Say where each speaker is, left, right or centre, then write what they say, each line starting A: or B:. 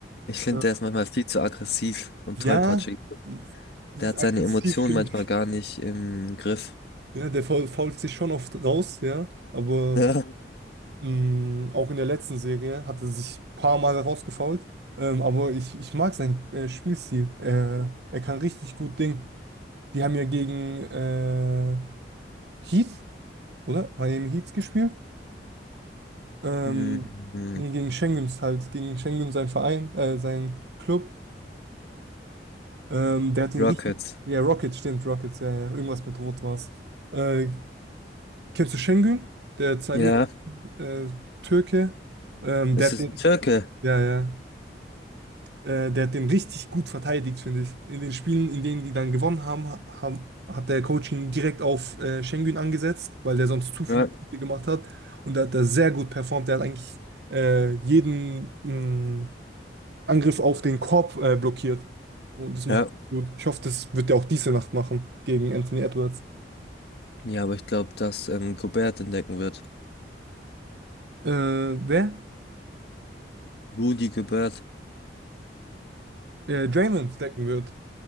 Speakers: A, on the left; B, on the right.
A: Ich finde,
B: Ja.
A: der ist manchmal viel zu aggressiv und
B: Ja,
A: tollpatschig.
B: ist
A: Der hat
B: aggressiv
A: seine Emotionen
B: stimmt.
A: manchmal gar nicht im Griff.
B: Ja, der faul- fault sich schon oft raus, ja. Aber
A: <laughs> Ja.
B: mh, auch in der letzten Serie hat er sich ein paar Mal rausgefault. Ähm, aber ich, ich mag seinen äh, Spielstil. Er, er kann richtig gut Ding. Die haben ja gegen äh, Heat, oder? Miami Heat gespielt. Ähm,
A: Mhm.
B: nee, gegen Schengens halt. Gegen Schengen, sein Verein, äh, sein Club. Ähm, der hat ihn
A: Rockets.
B: richtig. Ja, Rockets, stimmt, Rockets, ja, ja. Irgendwas mit Rot war's. Äh, Kennst du Şengün? Der Zamir,
A: Ja,
B: äh, Türke. Ähm,
A: ist
B: der hat
A: es
B: den,
A: ein Türke?
B: ja, ja. Äh, der hat den richtig gut verteidigt, finde ich. In den Spielen, in denen die dann gewonnen haben, ha- haben hat der Coach ihn direkt auf äh, Şengün angesetzt, weil der sonst zu viele
A: Ja.
B: Punkte gemacht hat. Und da hat er sehr gut performt. Der hat eigentlich äh, jeden mh, Angriff auf den Korb äh, blockiert. Und das macht
A: Ja,
B: er gut. Ich hoffe, das wird er auch diese Nacht machen gegen Anthony Edwards.
A: ja, aber ich glaube, dass ähm, Gobert entdecken wird.
B: Äh, wer?
A: Rudy Gobert.
B: Äh, Draymond stacken wird.